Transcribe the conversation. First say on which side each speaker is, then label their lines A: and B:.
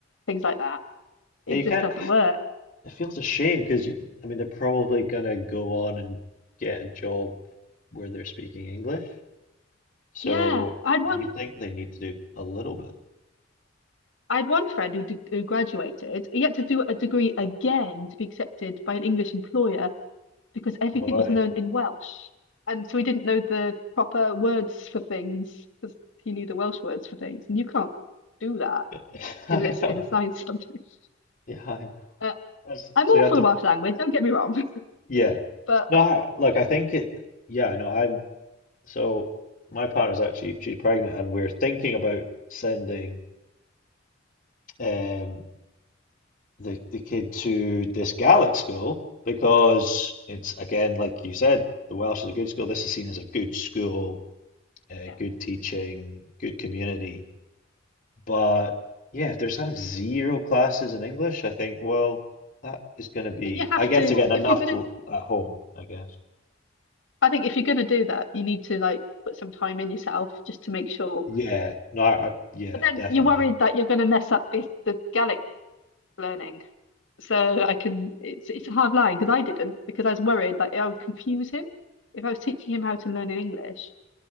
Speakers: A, on the left; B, on the left.
A: things like that. It
B: Yeah, you
A: just
B: can't
A: doesn't work.
B: It feels a shame because you, I mean, they're probably gonna go on and get a job where they're speaking English. So
A: Yeah, I had one.
B: you think they need to do a little bit.
A: I had one friend who, d who graduated. He had to do a degree again to be accepted by an English employer because everything
B: No way.
A: was learned in Welsh, and so he didn't know the proper words for things because he knew the Welsh words for things, and you can't do that
B: <laughs> I
A: in this
B: know.
A: in a science <laughs> subject.
B: Yeah, I know.
A: Uh,
B: That's,
A: I'm
B: so
A: all
B: you
A: for
B: have to,
A: the Welsh language, don't get me wrong, <laughs>
B: yeah.
A: but
B: No,
A: I
B: I, like I think it, yeah, no, I'm, so my partner's actually, she's pregnant and we're thinking about sending, um, the the kid to this Gaelic school because it's again like you said, the Welsh is a good school. This is seen as a good school, uh,
A: Yeah.
B: good
A: I
B: teaching, good community. But yeah, if there's kind of zero classes in English, I think well that is going to be
A: think you have
B: I guess
A: to,
B: again enough
A: if you're gonna,
B: to, at home, I guess.
A: I think if you're gonna do that, you need to like put some time in yourself just to make sure.
B: Yeah, no, I, I yeah,
A: But then
B: definitely.
A: you're worried that you're gonna mess up this the Gaelic learning. So I can, it's it's a hard line because I didn't because I was worried that I would confuse him if I was teaching him how to learn in English.